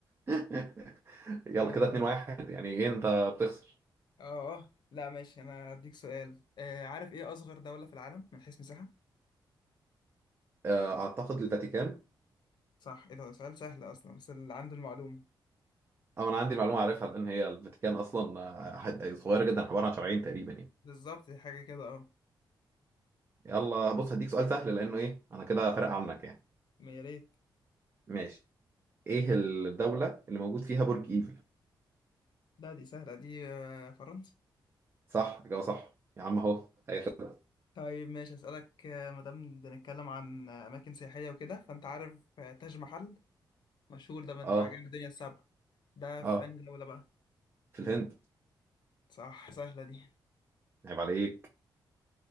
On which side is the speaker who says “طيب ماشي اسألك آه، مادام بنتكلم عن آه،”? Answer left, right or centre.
Left